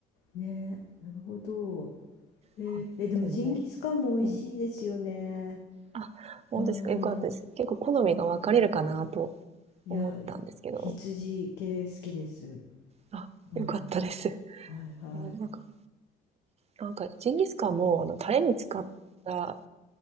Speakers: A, on the left (about 85°); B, on the right (about 40°).
A: いねえ、なるほど。へえ、
B: はい。っていうので、
A: え、でもジンギスカンも美味しいですよね。
B: うん。あ、本当ですか。
A: うーん、
B: よかったです。結構好みが分かれるかなと
A: いや、
B: 思ったんですけど、
A: 羊系好きです。
B: あ、
A: うん、
B: よかったです。
A: はいはい。
B: <laughs> なんか、なんか、ジンギスカンも、あの、タレに使った